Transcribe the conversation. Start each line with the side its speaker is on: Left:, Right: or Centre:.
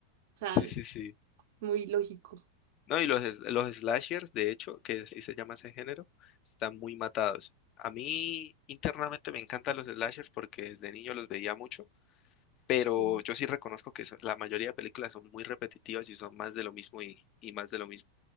Right: sea,
Left: sí, sí, sí.
Right: muy lógico.
Left: No, y los, es- los slashers, de hecho, que así se llama ese género, están muy matados. A mí internamente me encantan los slashers porque desde niño los veía mucho pero
Right: Sí.
Left: yo sí reconozco que son- la mayoría de películas son muy repetitivas y son más de lo mismo y, y más de lo mismo.